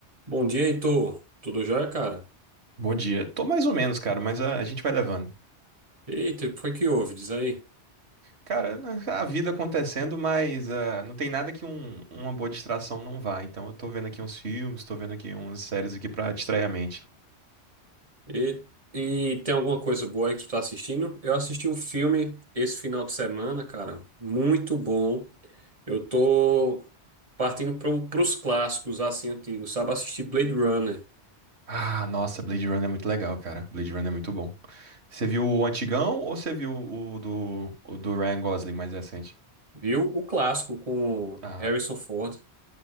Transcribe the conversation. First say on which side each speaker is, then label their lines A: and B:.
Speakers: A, on the right (about 30°); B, on the right (about 70°).
A: Bom dia, Heitor. Tudo jóia, cara?
B: Bom dia. Tô mais ou menos, cara, mas ah, a, gente vai levando.
A: Eita, o que foi que houve? Diz aí.
B: Cara, né, a vida acontecendo, mas ah, não tem nada que um- uma boa distração não vá. Então eu tô vendo aqui uns filmes, tô vendo aqui umas séries aqui pra distrair a mente.
A: E, e tem alguma coisa boa aí que tu tá assistindo? Eu assisti um filme esse final de semana, cara. Muito bom. Eu tô partindo pro, pros clássicos, assim, antigos. Sabe, assisti Blade Runner.
B: Ah, nossa, Blade Runner é muito legal, cara. Blade Runner é muito bom. Você viu o antigão ou você viu o do, o do Ryan Gosling mais recente?
A: Viu? O clássico com
B: Ah,
A: Harrison Ford.